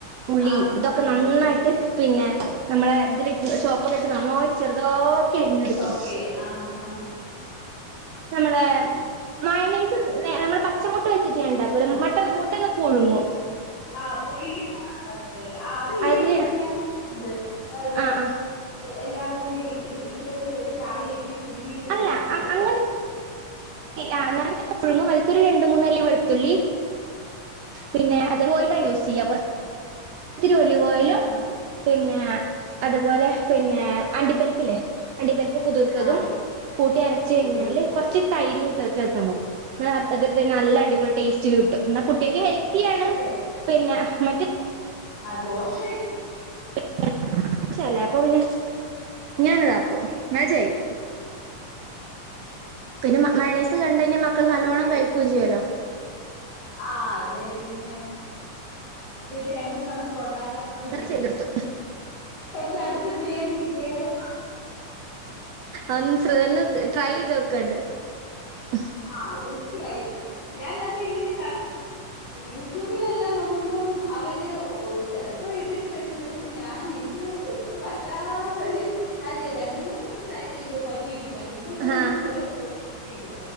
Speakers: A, on the right (about 80°); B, on the left (about 50°).
A: ഉുള്ളി
B: ആഹാഹാ
A: ഇതൊക്കെ നന്നായിട്ട്
B: ആ
A: പിന്നെ നമ്മളെ ഇതിലി സോപ്പ ഇട്ടണോ ചെറുതോ രിഞ്ഞെടുക്കും
B: ഓക്കെ ആ ആ
A: നമ്മളെ മയോണേസ് നമ്മള് പച്ചമുട്ട വെച്ചിട്ട് ഉണ്ടാക്കും മട്ട മുട്ടന്ന പ ഉോ
B: ആ പുഴങ്ങി ആ അത് ഈ
A: അതില്
B: വ ഞാൻണ്ട് അത്
A: ആഹ് ആഹ്
B: എല്ലാം കൂടി ഇഡലിക്കുട്ടത്തി വെച്ച് ആവിയറ്റ പുഴുങ്ങിട്ട് ഇണ്ടാക്കുന്നത്.
A: അല്ല അ- അങ്ങനെ ആ നല്ല പുഴുങ്ങും അതക്കൊരു രണ്ട മൂന്നല്ലി വെളുത്തുള്ളി പിന്നെ.
B: ആഹ്
A: <unintelligible> ഇതിരീ ഒത്തിലി കോലും
B: ആഹ്
A: പിന്നെ അതുപോലെ
B: ആഹ്
A: അണ്ടിപരിപ്പില്ലേ അണ്ടിപ്പരിപ്പ് കുതിർക്കതും
B: ആഹ്
A: കൂട്ടി അരച്ച കഴിഞ്ഞാല്
B: കുതിർത്തത്
A: കുറച്ച് തൈര് അയച്ചു കൊടുത്താൽ മതി നല്ലടിപൊ ടസ്റ്റ് കട്ടും. നകു ഹെൽത്തിയാണ്
B: അതെ
A: പിന്നെ മറ്റോ
B: ദോഷ
A: <unintelligible> അപ്പൊ ഇനെ ഇങ്ങനന്ന ഇതാക്കും എന്ന ചെയ്യ
B: ഉ <inaudible>
A: പിന്നെ മണേസ് കണ്ടഴിഞ്ഞാൽ മക്കൾ നല്ലവണ്ണം കഴിക്കുകയും ചെയ്യല്ലോ?
B: ആ അതെ പിന്നെ അപ്പൊ ഇത് രണ്ടും നമുക്ക് ഉണ്ടാക്കാ ന
A: അങ്ങനെ
B: ലിസ്റ്റ്
A: ചെയ്തെടുത്തു
B: എന്റെ അടുത്ത ബിരിയാണി വിജയകരമാ
A: അന്ന് ശ ഒന്ന് ട്രൈ ചെയ്ത് വെക്കണ്ട്. <unintelligible>
B: ആ തീർച്ചയായിട്ടും ഞാനത് ഇങ്ങനെ ക യൂട്യൂബിലെല്ലാം നോക്കുമ്പം അവര് ചിലപ്പോ ഇത് ഇട്ട് വെക്കും. പക്ഷെ ഞാൻ എനിക്കത് ഒട്ടും പറ്റാത്തൊരു കാര്യ രണ്ട് മൂന്നന്ന് വടം ട്രൈ ചെയ്തു പറ്റിയിട്ടില്ല പിന്നെ ഞാൻ
A: ആഹ്
B: അതിന്റെ പുറേ പോയതേയില്ല